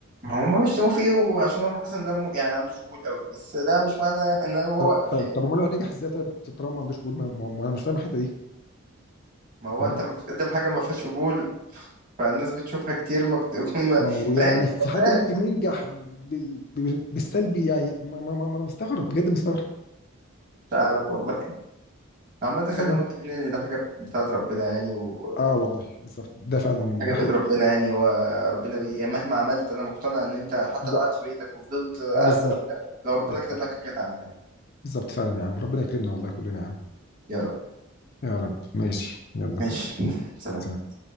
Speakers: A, on the right; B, on the left.
A: هو ما هم بيشتموا فيه وعشان هو مثلا دمه يعني عندوش قبول قوي بس ده مش معنى ان هو
B: طب
A: وقف
B: طب
A: يعني
B: طب امال هو نجح ازاي طيب طالما ما عندوش قبول ما ما- ما انا مش فاهم الحته دي
A: ما هو
B: فاهم
A: انت ما بتقدم حاجه ما فيهاش قبول فالناس بتشوفها كتير ما بتكون
B: ما هو
A: <laughs> فاهم
B: يعني في
A: هو
B: حد
A: ده
B: ممكن ينجح بال... بال- بالسلبي يعني ما, ما, ما ما انا مستغرب بجد مستغرب
A: مش عارف والله عامه خلينا
B: يلا.
A: متفقين ان ده حاجه بتاعت ربنا يعني و...
B: اه والله بالظبط ده فعلا
A: وكل حاجه
B: ده
A: بايد
B: حقيقي
A: ربنا يعني هو ربنا بي... يعني مهما عملت انا مقتنع ان انت حتى
B: ده
A: لو قعدت في بيتك وفضلت قاعد
B: اه بالظبط
A: زي ما انت لو ربنا
B: بالظبط
A: كتب لك حاجه تعملها يعني
B: بالظبط فعلا يا عم ربنا يكرمنا والله كلنا يا عم
A: يا رب
B: يا رب ماشي يلا
A: ماشي <laughs> سلام
B: سلام